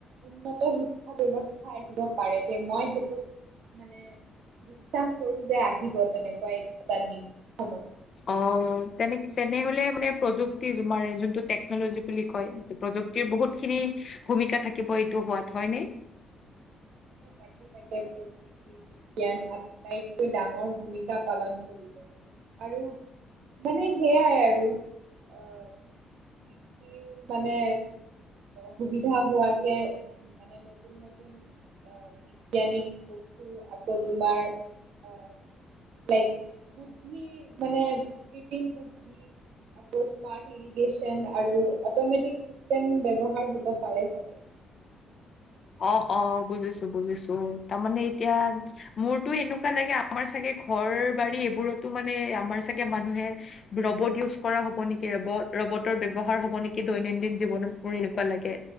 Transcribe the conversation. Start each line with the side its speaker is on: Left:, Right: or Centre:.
Right: উন্নত শিক্ষা ব্যৱস্থা আহিব পাৰে দে। মই সেইটো মানে বিশ্বাস কৰো যে আহিব তেনেকুৱা এটা দিন সয়মত।
Left: অ, তেনে - তেনেহলে মানে প্ৰযুক্তি তোমাৰ যোনটো টেকনলজি বুলি কয়। প্ৰযুক্তিৰ বহুত খিনি
Right: উম
Left: ভূমিকা থাকিব এইটো হোৱাত হয় নে।
Right: তাকে - তাকে। বিজ্ঞান আটাইতকৈ ডাঙৰ ভূমিকা পালন কৰিব আৰু মানে সেইয়াই আৰু আহ, কি মানে সুবিধা হোৱাকে। মানে নতুন - নতুন আহ বিজ্ঞানিক বস্তু আকৌ তোমাৰ আ লাইক মানে - মানে কৃত্ৰিম বুদ্ধি আকৌ স্মাৰ্ট ইৰিগেশচন আৰু অটমেটিক চিষ্টেম ব্যৱহাৰ হ'ব পাৰে চাগে।
Left: অ', অ', বুজিছো - বুজিছো তাৰমানে এতিয়া মোৰতো এনেকুৱা লাগে আমাৰ চাগে ঘৰ বাৰী এইবোৰতো মানে আমাৰ চাগে মানুহে ৰবট ইউজ কৰা হ'ব নেকি, ৰব ৰবটৰ ব্যৱহাৰ হ'ব নেকি দৈনন্দিন জীৱনত মোৰ এনেকুৱা লাগে।